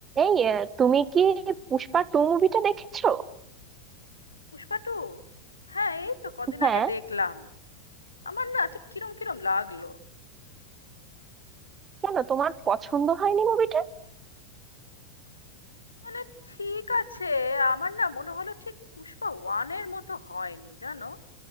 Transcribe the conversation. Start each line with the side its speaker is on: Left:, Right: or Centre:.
Right: এই আহ, তুমি কি পুষ্পা টু মুভিটা দেখেছো
Left: পুষ্পা টু হ্যাঁ এই তো কদিন
Right: হ্যাঁ
Left: আগে দেখলাম আমার না ঠিক কিরম কিরম লাগলো
Right: কেন তোমার পছন্দ হয়নি মুভিটা
Left: মানে ঠিক আছে আমার না মনে হলো ঠিক পুষ্পা ওয়ান এর মতো হয়নি জানো